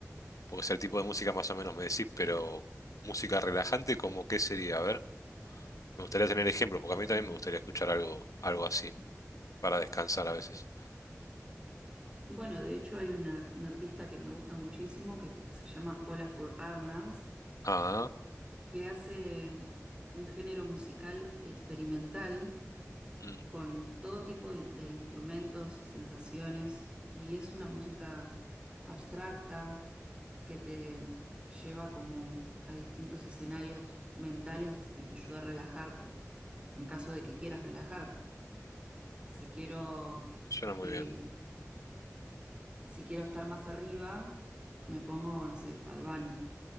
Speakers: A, on the left (about 90°); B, on the right (about 20°).
A: Porque sea el tipo de música más o menos me decís, pero música relajante, ¿cómo qué sería? A ver, me gustaría tener ejemplo, porque a mí también me gustaría escuchar algo, algo así, para descansar a veces.
B: bueno, de hecho hay una, un artista que me gusta muchísimo que se, se llama Olafur Arnalds,
A: Ah,
B: que hace un género musical experimental
A: mm,
B: con todo tipo de, de instrumentos y sensaciones, y es una música abstracta que te lleva como a distintos escenarios mentales y te ayuda a relajarte, en caso de que quieras relajarte. Si quiero,
A: suena muy
B: eh,
A: bien.
B: si quiero estar más arriba, me pongo, no sé, Bad Bunny.